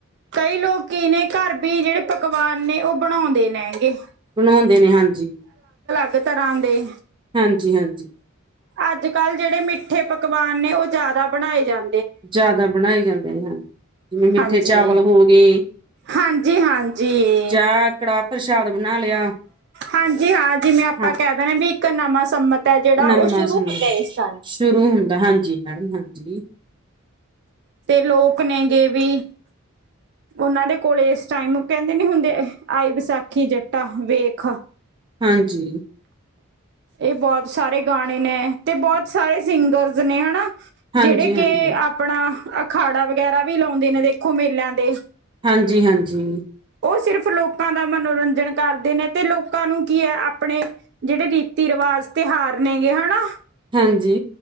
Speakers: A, on the right; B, on the right.
A: ਕਈ ਲੋਕ ਕੀ ਨੇ ਘਰ ਵੀ ਜਿਹੜੇ ਪਕਵਾਨ ਨੇ ਉਹ ਬਣਾਉਂਦੇ ਨੇ ਹੈਗੇ।
B: ਬਣਾਉਂਦੇ ਨੇ। ਹਾਂਜੀ।
A: ਤਰ੍ਹਾਂ ਦੇ
B: ਹਾਂਜੀ-ਹਾਂਜੀ।
A: ਅੱਜ-ਕੱਲ ਜਿਹੜੇ ਮਿੱਠੇ ਪਕਵਾਨ ਨੇ ਉਹ ਜ਼ਿਆਦਾ ਬਣਾਏ ਜਾਂ
B: ਜ਼ਿਆਦਾ ਬਣਾਏ ਜਾਂਦੇ ਹਨ। ਜਿਵੇਂ ਮਿੱਠੇ
A: ਹਾਂਜੀ।
B: ਚਾਵਲ ਹੋ ਗਏ
A: ਹਾਂਜੀ-ਹਾਂਜੀ
B: ਜਾਂ ਕੜਾ ਪ੍ਰਸ਼ਾਦ ਬਣਾ ਲਿਆ।
A: ਹਾਂਜੀ। ਹਾਂ, ਜਿਵੇਂ ਆਪਾਂ
B: ਹਾਂ
A: ਕਹਿ ਦੇਣੇ ਹਾ ਵੀ ਇੱਕ ਨਵਾਂ ਸੰਮਤ ਜਿਹੜਾ
B: ਨਮਾ
A: ਉਹ ਸ਼ੁਰੂ
B: ਸਮਾਂ
A: ਹੁੰਦਾ ਇਸ ਟਾਈਮ।
B: ਸ਼ੁਰੂ ਹੁੰਦਾ ਹਾਂਜੀ। ਮੈਡਮ, ਹਾਂਜੀ।
A: ਤੇ ਲੋਕ ਨੇਗੇ ਵੀ ਉਹਨਾਂ ਦੇ ਕੋਲ ਇਸ ਟਾਈਮ ਕਹਿੰਦੇ ਨੀ ਹੁੰਦੇ। ਆਈ ਵਿਸਾਖੀ ਜੱਟਾ ਵੇਖ
B: ਹਾਂਜੀ।
A: ਇਹ ਬਹੁਤ ਸਾਰੇ ਗਾਣੇ ਨੇ, ਤੇ ਬਹੁਤ ਸਾਰੇ ਸਿੰਗਰਸ ਨੇ ਹਨਾ।
B: ਹਾਂਜੀ
A: ਜਿਹੜੇ
B: ਹਾਂਜੀ
A: ਕਿ ਆਪਣਾ ਅਖਾੜਾ ਵਗੈਰਾ ਵੀ ਲਾਉਂਦੇ ਨੇ ਦੇਖੋ ਮੇਲਿਆਂ ਦੇ
B: ਹਾਂਜੀ-ਹਾਂਜੀ।
A: ਉਹ ਸਿਰਫ ਲੋਕਾਂ ਦਾ ਮਨੋਰੰਜਨ ਕਰਦੇ ਨੇ ਤੇ ਲੋਕਾਂ ਨੂੰ ਕੀ ਹੈ। ਆਪਣੇ ਜਿਹੜੇ ਰੀ ਤੀ-ਰਿਵਾਜ਼, ਤਿਉਹਾਰ ਨੇ ਗੇ ਹਨਾ।
B: ਹਾਂਜੀ।